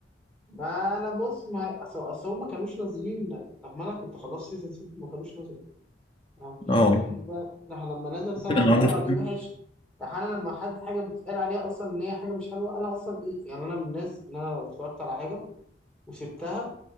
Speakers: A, in the centre; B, on the left.
A: ما انا بص ما اصل أصل هم ما كانوش نازلين لما انا كنت خلصت سيزون 6 ما كانوش نزلوا انا ما كنتش
B: اه
A: عارف في ايه بقى راح لما نزل سبعة
B: أنا
A: ما
B: عارف.
A: قالوا عليه وحش راح انا لما حد حاجة بتقال عليها اصلا ان هي حاجة مش حلوة انا اصلا ايه يعني انا من الناس ان انا لو اتفرجت على حاجة وسبتها